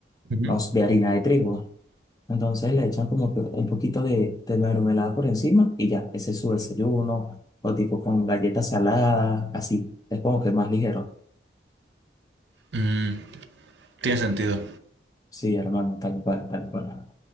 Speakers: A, on the right; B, on the left.
A: Ujú.
B: no, s- de harina de trigo. Entonces le echan como que un poquito de, de mermelada por encima y ya, ese es su desayuno, o tipo con galletas saladas, así. Es como que más ligero.
A: Mm, tiene sentido.
B: Sí, hermano, tal cual, tal cual.